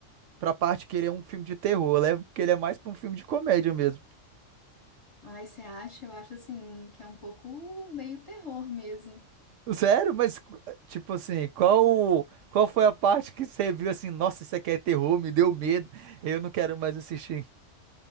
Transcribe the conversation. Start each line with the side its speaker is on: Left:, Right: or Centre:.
Right: pra parte que ele é um filme de terror, eu levo porque ele é mais pra um filme de comédia mesmo.
Left: Aí você acha, eu acho assim, que é um pouco meio terror mesmo.
Right: Sério? Mas, tipo assim, qual, qual foi a parte que você viu assim, nossa, isso aqui é terror, me deu medo, eu não quero mais assistir.